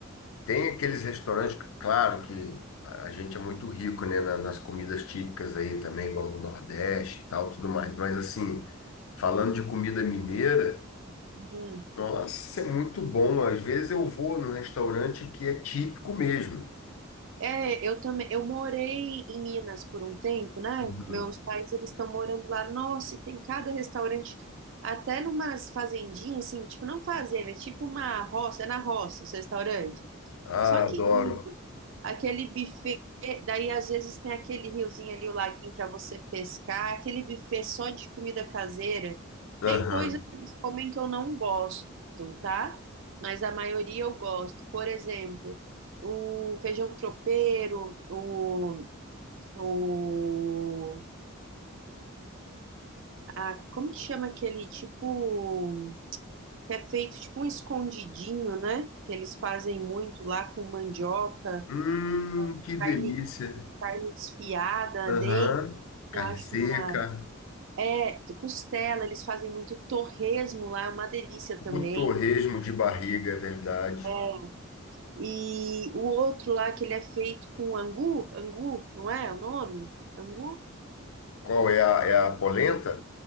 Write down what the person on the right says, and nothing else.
uhum.
É, eu também, eu morei em Minas por um tempo, né?
Meus pais, eles estão morando lá. Nossa, e tem cada restaurante, até numas fazendinhas, assim, tipo, não fazenda, é tipo uma roça, é na roça, esse restaurante.
Só que
lindo. Aquele buffet, daí às vezes tem aquele riozinho ali, o laguinho para você pescar, aquele buffet só de comida caseira.
Tem coisa que eles comem que eu não gosto, tá? Mas a maioria eu gosto. Por exemplo, o feijão tropeiro, o, o a, como que chama aquele tipo que é feito tipo um escondidinho, né? Que eles fazem muito lá com mandioca,
carne, carne desfiada, dei,
eu acho
uma é costela, eles fazem muito torresmo lá, é uma delícia também.
É, E o outro lá que ele é feito com angu, angu, não é o nome? Angu?